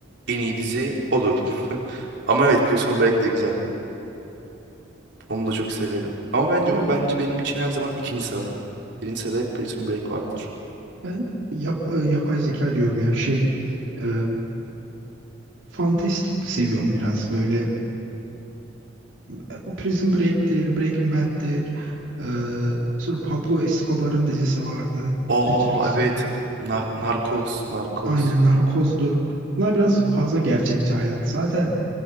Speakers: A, on the right; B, on the right.
A: en iyi dizi olur. <laughs> Ama evet Prison Break de güzel. Onu da çok severim. Ama bence
B: Ya
A: o bence benim için her zaman ikinci sırada. Birinci sırada hep Prison Break vardır.
B: ben yap, e, yapay zeka diyorum ya şey e, fantastik seviyorum biraz böyle. E, O Prison Break'tir, Breaking Bad'tir. E, sonra Pablo Escobar'ın dizisi vardı
A: Aa
B: Netflix'in.
A: evet. Na Narcos, Narcos.
B: Aynen Narcoz'dur. Bunlar biraz fazla gerçekçi hayat. Zaten